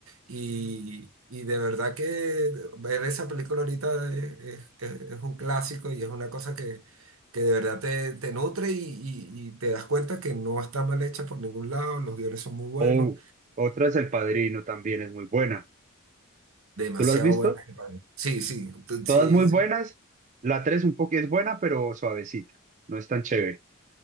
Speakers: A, on the right; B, on the right.
A: y, y de verdad que ver esa película ahorita es, es- es un clásico y es una cosa que, que de verdad te, te nutre y, y- y te das cuenta que no está mal hecha por ningún lado, los guiones son muy buenos,
B: O otra es El Padrino, también es muy buena.
A: demasiado
B: ¿Tú lo has visto?
A: buenos. compadre. Sí, sí, tú-
B: Todas
A: sí,
B: muy buenas. La tres un poco es buena, pero suavecita. No es tan chévere.